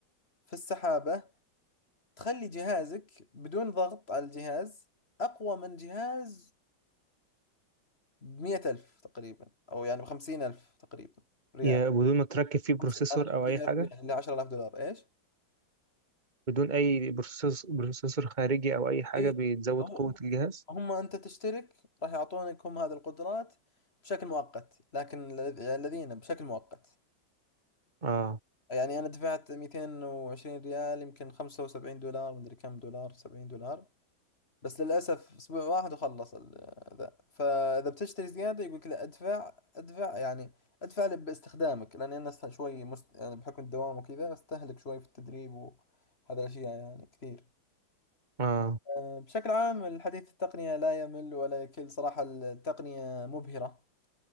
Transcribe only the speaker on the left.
في السحابة تخلي جهازك بدون ضغط على الجهاز أقوى من جهاز بمية ألف تقريبا أو يعني بخمسين ألف تقريبا ريال
خمسين معلش خمسين
ألف ريال اللي عشرة آلاف دولار إيش؟
اي
هم
هم أنت تشترك راح يعطونك هم هذه القدرات بشكل مؤقت لكن الذ- الذين بشكل مؤقت
يعني أنا دفعت 220 ريال يمكن 75 دولار مدري كم دولار 70 دولار بس للأسف أسبوع واحد وخلص ال- ذا فإذا بتشتري زيادة يقولك لا أدفع أدفع يعني أدفع لي باستخدامك لأني أنا است- شوي مست... يعني بحكم الدوام وكذا أستهلك شوي في التدريب وهذا الأشياء يعني كثير
أه، بشكل عام الحديث التقنية لا يمل ولا يكل صراحة التقنية مبهرة